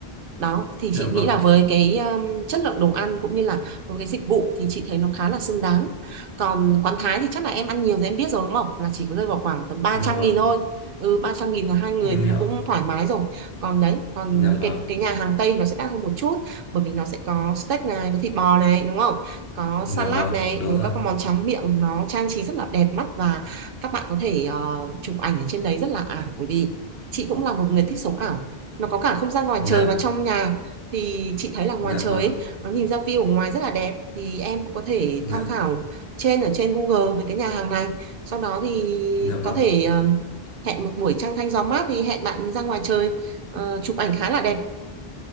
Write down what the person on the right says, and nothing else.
đó thì
chị
nghĩ là với cái um, chất lượng đồ ăn cũng như là với cái dịch vụ thì chị thấy nó khá là xứng đáng còn quán Thái thì chắc là em ăn nhiều thì em biết rồi đúng không là chỉ có rơi vào khoảng tầm ba
trăm
nghìn thôi ừ 300 nghìn là hai người
thì nó
cũng thoải mái rồi còn đấy còn
những
cái cái nhà hàng Tây nó sẽ đắt hơn một chút bởi vì nó sẽ có steak này có thịt bò này đúng không có
salad
này
ừ,
các cái món tráng miệng nó trang trí rất là đẹp mắt và các bạn có thể ờ, chụp ảnh ở trên đấy rất là ảo bởi vì chị cũng là một người thích sống ảo nó có cả không gian ngoài
trời và trong nhà thì chị thấy là ngoài
trời
ấy, nó nhìn ra view ở ngoài rất là đẹp thì em cũng có thể
tham khảo trên ở trên Google về cái nhà hàng này sau đó thì
có thể ờm, hẹn một buổi trăng thanh gió mát thì hẹn bạn ra ngoài trời ờ, chụp ảnh khá là đẹp